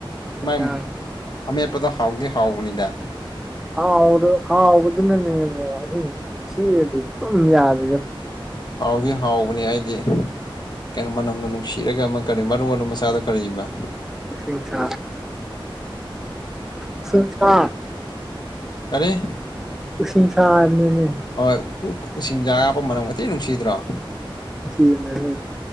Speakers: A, in the centre; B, on the left (about 50°).
A: ꯍꯛꯆꯥꯡ
B: ꯃꯥꯏ ꯑꯃꯦꯠꯄꯗꯣ ꯍꯥꯎꯗꯤ ꯍꯥꯎꯕꯅꯤꯗ
A: ꯍꯥꯎꯔꯣ ꯍꯥꯎꯕꯗꯨꯅꯅꯦꯃꯦ ꯑꯍꯤꯡ ꯆꯦꯜꯂꯤ ꯇꯨꯝ ꯌꯥꯗ꯭ꯔꯤꯖꯦ
B: ꯍꯥꯎꯗꯤ ꯍꯥꯎꯕꯅꯤ ꯍꯥꯏꯗꯤ ꯀꯩꯅꯣ ꯃꯅꯝꯒ ꯅꯨꯡꯁꯤꯔꯒ ꯑꯃ ꯀꯔꯤ ꯃꯔꯨ ꯃꯔꯨ ꯃꯆꯥꯗꯣ ꯀꯔꯤꯑꯕ
A: ꯎꯁꯤꯡꯁꯥ ꯎꯁꯤꯡꯁꯥ
B: ꯀꯔ‌ꯦ
A: ꯎꯁꯤꯡꯁꯥ ꯍꯥꯏꯕꯅꯦꯃꯤ
B: ꯍꯣꯏ ꯎ ꯎꯁꯤꯡꯖꯥ ꯍꯥꯥꯞꯄ ꯃꯅꯝꯒ ꯊꯤ ꯅꯨꯡꯁꯤꯗ꯭ꯔꯣ
A: ꯅꯨꯡꯁꯤꯕꯅꯦ ꯑꯗꯨ